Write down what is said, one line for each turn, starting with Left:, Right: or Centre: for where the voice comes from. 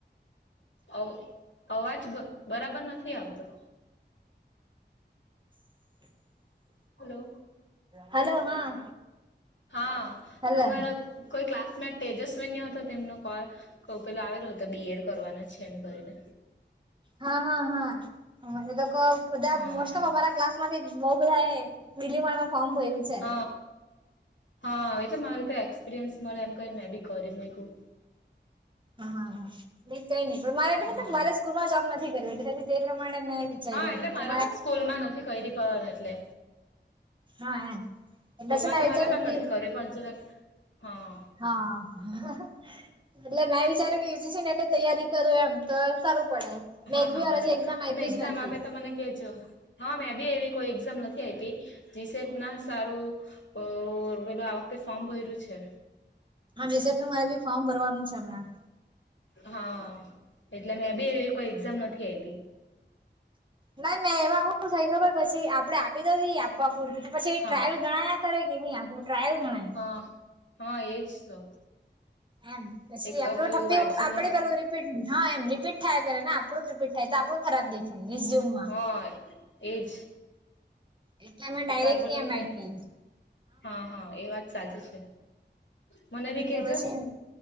Left: અવ અવાજ બરાબર નથી આવતો.
Right: <inaudible>
Left: હલો
Right: હલો હા
Left: હા
Right: હલો
Left: તમારા કોઈ ક્લાસમેટ તેજસ્વન હતો તેમનો કોલ કો પેલો આવેલો હતો, બી એડ કરવાના છે, એમ કરીને.
Right: હા હા હા એ તો કવ બધા
Left: હા
Right: મોસ્ટ ઓફ અમારા ક્લાસમાંથી બહુ બધા એ બલીમણમાં ફર્મ ભર્યું છે
Left: હ હા એતો મારેતો એક્સપિરિયન્સ મળે એમ કરી મેં બી કરી મૂક્યું
Right: હ હા નઈ કઈ નઈ પણ મારે મતલબ
Left: હા
Right: મારે સ્કૂલ માં જોબ નથી કરવી, એટલે તે પ્રમાણે મેં વિચાર્યું
Left: હા એટલે
Right: એમ
Left: મારે
Right: કે
Left: પણ સ્કૂલ માં નથી કઈરિ પ એટલે
Right: હા એમ એટલે
Left: સ્કૂલમાં
Right: છે ને
Left: તો
Right: વિચાર્યું
Left: મારે પણ
Right: કે
Left: નથી કરવી, પણ જરાક હા
Right: હા <unintelligible> એટલે મેં વિચાર્યું કે ઇઝી છે એટલે તૈયારી કરું એમતો સારું પડે. મેં
Left: હા
Right: એક
Left: હા
Right: બી વાર
Left: બરાબર,
Right: હજી એક્ઝામ
Left: તમે
Right: આપી
Left: એક્ઝામ
Right: જ નથી
Left: આપે તો મને કેજો, હા મેં બી એવી કોઈ એક્ઝામ નથી આપી. જીસેત સારું ઓર પેલું આ વખતે ફોર્મ ભર્યું છે.
Right: હા રીસેટ નુ મારે બી ફોર્મ ભરવાનું છે હમણાં.
Left: હા, એટલે મેં બી એવી રીતે કોઈ એક્ઝામ નથી આઈપી.
Right: નાઇ નઈ એમાં હું થઈ ખબર પછી આપડે આપી તો દઈએ આપવા પૂરતી પછી એ
Left: હા
Right: ટ્રાયલ ગણા કરે કે નઈ, આપણું ટ્રાયલ ગણાય.
Left: હ હા એજ તો.
Right: એમ પછી
Left: એક
Right: આપડું
Left: પેલું
Right: ઠપી
Left: વાંચીને
Right: આપડે પેલું રીપીટ હા એમ રીપીટ થાય કરે ને આપણું જ રીપીટ થાય તો આપણું ખરાબ દેખાય રિઝ્યુમમાં
Left: હોયે એજ
Right: એટલે અમે ડાયરેક્ટ
Left: એક વાર પેલુંતે,
Right: ની એમ આપી
Left: હા હા એ વાત સાચી છે. મને બી
Right: એટલે
Left: કેજો
Right: પછી,